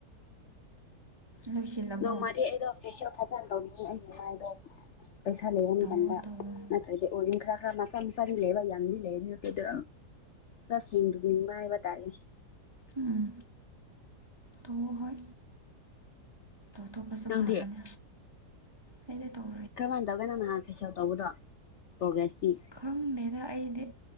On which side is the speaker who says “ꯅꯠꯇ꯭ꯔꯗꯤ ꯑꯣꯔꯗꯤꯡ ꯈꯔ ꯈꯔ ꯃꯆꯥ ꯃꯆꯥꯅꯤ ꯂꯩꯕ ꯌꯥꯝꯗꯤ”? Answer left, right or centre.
Left